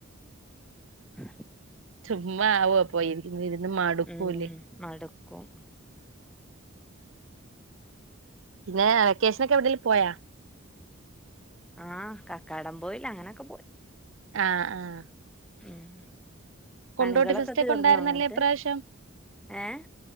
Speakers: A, in the centre; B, on the right.
A: ഉ.
B: ചുമ്മാ ആവോ അപ്പോ ഇരുന്ന് ഇരുന്ന് മടുക്കൂല്ലേ
A: ഉം മടുക്കും
B: പിന്നെ വെക്കേഷനൊക്കെ എവിടേലും പോയോ
A: ആഹ് കക്കാടം പോയില് അങ്ങനൊക്കെ പോയി
B: ആഹ് ആഹ്
A: ഉം.
B: കൊണ്ടോട്ടി
A: പണികളൊക്കെ
B: ഫസ്റ്റ്
A: തീർന്നോ
B: ഒക്കെ ഉണ്ടായിരുന്നല്ലേ
A: എന്നിട്ട്
B: ഇപ്രാവിശ്യം
A: ഏഹ്